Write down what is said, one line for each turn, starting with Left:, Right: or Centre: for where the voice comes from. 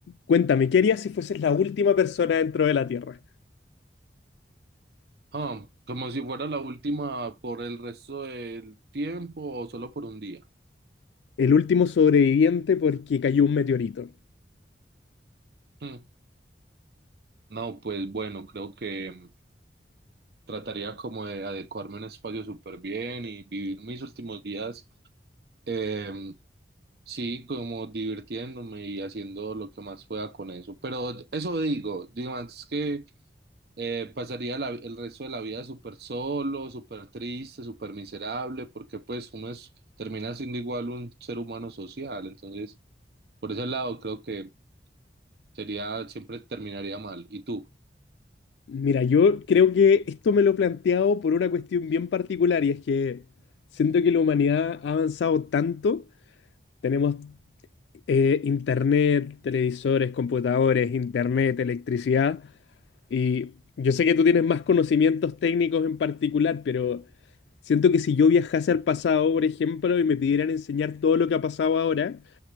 Left: Cuéntame, ¿qué harías si fueses la última persona dentro de la Tierra?
Right: Ah, como si fuera la última por el resto del tiempo o solo por un día.
Left: El último sobreviviente porque cayó un meteorito.
Right: Hmm. No, pues bueno, creo que mm, trataría como de adecuarme a un espacio súper bien y vivir mis últimos días, em, sí, como divirtiéndome y haciendo lo que más pueda con eso. Pero eso digo, digo, es que eh, pasaría la- el resto de la vida súper solo, súper triste, súper miserable, porque pues uno es, termina siendo igual un ser humano social, entonces... Por ese lado, creo que sería, siempre terminaría mal. ¿Y tú?
Left: Mira, yo creo que esto me lo he planteado por una cuestión bien particular y es que siento que la humanidad ha avanzado tanto. Tenemos eh, internet, televisores, computadores, internet, electricidad y yo sé que tú tienes más conocimientos técnicos en particular, pero siento que si yo viajase al pasado, por ejemplo, y me pidieran enseñar todo lo que ha pasado ahora,